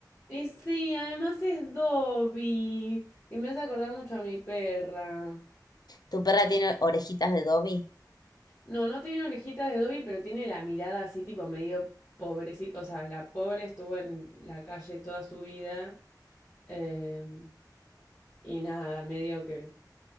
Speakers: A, on the left (about 40°); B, on the left (about 65°).
A: Y sí, además es Dobby. Y me hace acordar mucho a mi perra.
B: ¿Tu perra tiene orejitas de Dobby?
A: No, no tiene orejitas de Dobby, pero tiene la mirada así, tipo medio pobrecita. O sea, la pobre estuvo en la calle toda su vida. em, y nada, medio que,